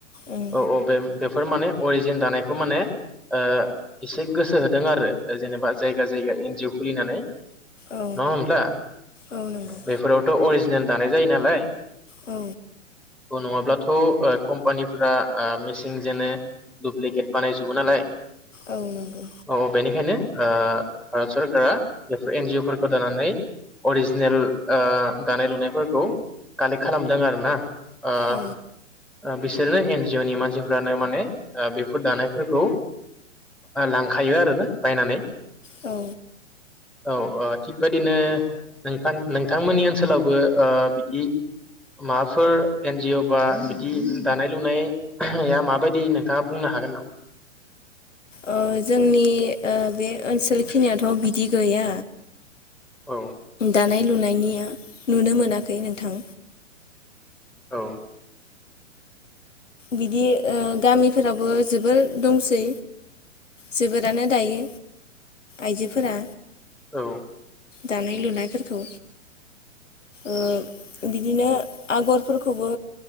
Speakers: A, on the left (about 75°); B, in the centre.
A: उम
B: औ औ बे बेफोर माने अरिजिन दानायखौ माने ओ एसे गोसो होदों आरो जेनेबा जायगा जायगा एनजअ खुलिनानै
A: औ
B: नङा होमब्ला
A: औ नंगौ
B: बेफोरावथ' अरिजिनेल दानाय जायो नालाय
A: औ
B: नङाब्लाथ कम्पानिफ्रा मेसिनजोंनो दुप्लिकेट बानायजोबो नालाय
A: औ नंगौ
B: औ बेनिखायनो ओ भारत सरकारा बेफोर एनजिअ फोरफोरखौ दानानै अरिजि नेल ओ दानाय लुनायफोरखौ कालेक्ट खालामदों आर ना ओ
A: औ
B: बिसोरनो एन जिअ नि मानसिफ्रानो माने बेफोर दानायफोरखौ लांखायो आरोना बायनानै ‌।
A: औ
B: औ औ थिगबायदिनो नोंथां नोंथांमोननि ओनसोलावबो ओ बिदि माबाफोर एनजअ बा बिदि दानाय लुनाया माबायदि नोंथाङा बुंनो हागोन नामा
A: ओ जोंनि बे ओनसोल खिनियाथ' दि गैया।
B: औ
A: दानाय लुनाय इनिया नुनो मोनाखै नोंथां।
B: औ।
A: बिदि ओ गामिफोराबो जोबोर दंसै। जोबोरानो दायो। आइजोफोरा
B: औ।
A: दानाय लुनायफोरखौ ओ बिदिनो आगरफोरखौबो